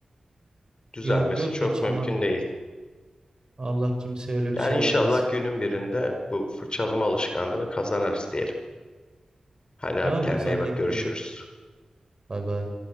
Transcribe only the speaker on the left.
düzelmesi
çok
mümkün
değil.
Yani
inşallah
günün birinde bu fırçalama alışkanlığını kazanırız diyelim. Hadi
abi kendine
iyi bak görüşürüz.